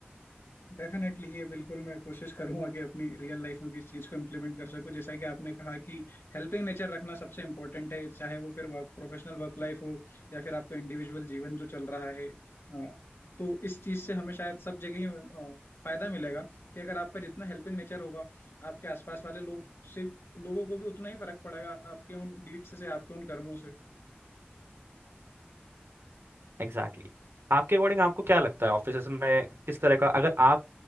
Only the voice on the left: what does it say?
डेफिनेटली ये बिल्कुल मैं कोशिश करूंगा कि अपनी रियल लाइफ में भी इस चीज़ को इम्प्लीमेंट कर सकूं जैसा कि आपने कहा कि हेल्पिंग नेचर रखना सबसे इंपॉर्टेंट है चाहे वो फिर वर्क प्रोफेशनल वर्क लाइफ हो या फिर आपका इंडिविजुअल जीवन जो चल रहा है अ, तो इस चीज़ से हमें शायद सब जगह ही अ, फायदा मिलेगा कि अगर आपका जितना हेल्पिंग नेचर होगा आपके आसपास वाले लोग से लोगों को भी उतना ही फर्क पड़ेगा आपके उन डीड्स से आपके उन कर्मों से